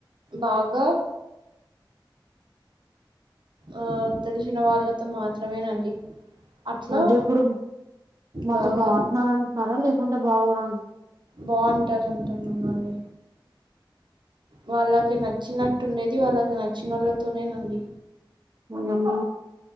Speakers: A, on the right; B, on the right.
A: బాగా ఆ తెలిషిన వాళ్ళతో మాత్రమేనండి అట్లా
B: అంటే ఇప్పుడు మాతో
A: బాగా
B: బాగుంటన్నారంటున్నారా లేకుంటే బాగోర
A: బావుంటరంటనండి వాళ్ళకి నచ్చినట్టుండేది వాళ్ళకి నచ్చినోళ్ళతోనేనండి
B: వోయమ్మొ